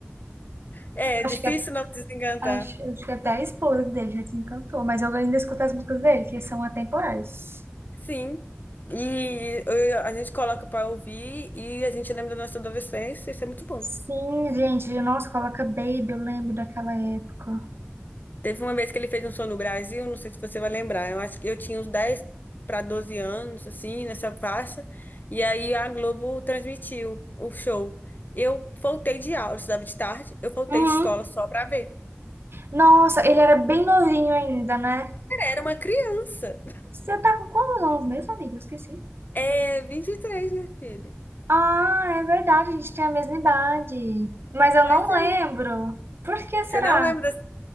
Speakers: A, on the left; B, on the right.
A: É, é difícil
B: Acho que
A: não desencantar.
B: Acho, acho que até a esposa dele já desencantou, mas eu ainda escuto as músicas dele, que são atemporais.
A: Sim. E eu- a gente coloca pra ouvir e a gente lembra da nossa adolescência. Isso é muito bom.
B: Sim, gente, nossa, coloca Baby, eu lembro daquela época.
A: Teve uma vez que ele fez um show no Brasil, não sei se você vai lembrar. Eu acho que eu tinha uns 10 para 12 anos, assim, nessa faixa. E aí a Globo transmitiu o show. Eu faltei de aula, eu estudava de tarde, eu faltei
B: Uhum.
A: de escola só pra ver.
B: Nossa, ele era bem novinho ainda, né?
A: Era uma criança.
B: Você tá com quantos anos mesmo, amiga? Eu esqueci.
A: É, 23 minha filha.
B: Ah, é verdade, a gente tem a mesma idade. Mas eu
A: Pois
B: não lembro.
A: é.
B: Por que
A: Você
B: será?
A: não lembra dessa...